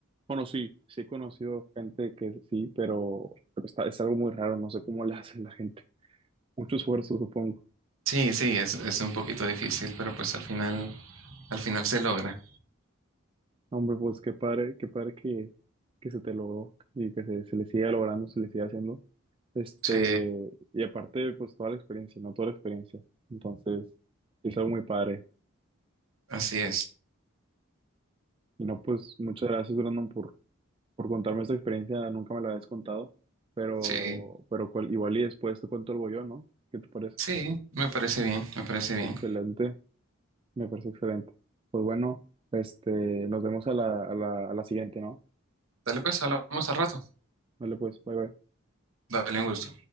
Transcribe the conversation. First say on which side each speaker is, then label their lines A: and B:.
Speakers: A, on the right; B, on the right.
A: bueno, sí, sí he conocido gente que sí, pero, pero está, es algo muy raro, no sé cómo le hace la gente. Mucho esfuerzo, supongo.
B: Sí, sí, es, es un poquito difícil, pero pues al final, al final se logra.
A: Hombre, pues qué padre, qué padre que, que se te logró y que se, se le siga logrando, se le siga haciendo. Este,
B: Sí,
A: y aparte, pues toda la experiencia, ¿no? Toda la experiencia. Entonces, es algo muy padre.
B: así es.
A: Y no, pues muchas gracias, Brandon, por, por contarme esta experiencia. Nunca me la habías contado, pero,
B: Sí,
A: pero cual- igual y después te cuento algo yo, ¿no? ¿Qué te parece?
B: sí, me parece bien, me parece bien.
A: Excelente, me parece excelente. Pues bueno, este, nos vemos a la, a la, a la siguiente, ¿no?
B: Dale pues, hablamos al rato.
A: Vale, pues, bye bye.
B: Dale un gusto.